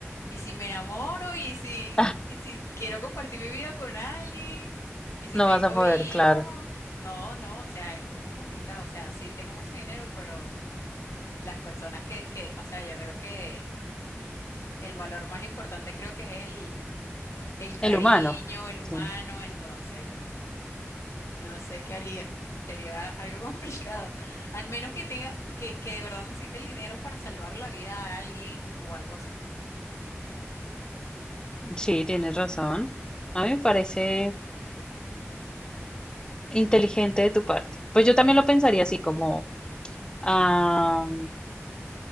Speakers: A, on the left; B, on the left.
A: y si me enamoro, y si,
B: <laughs>
A: y si quiero compartir mi vida con alguien, y si
B: No
A: tengo
B: vas a poder,
A: hijos,
B: claro.
A: no, no, o sea, es como complicado. O sea, sí tengo mucho dinero, pero las personas que, que, o sea, yo creo que el valor más importante creo que es El cariño,
B: El humano,
A: el humano,
B: sí.
A: entonces no, no sé qué haría. Sería algo <laughs> complicado. Al menos que tenga, que, que de verdad necesite el dinero para salvar la vida a alguien o algo así.
B: Sí, tienes razón. A mí me parece inteligente de tu parte. Pues yo también lo pensaría así, como, ah,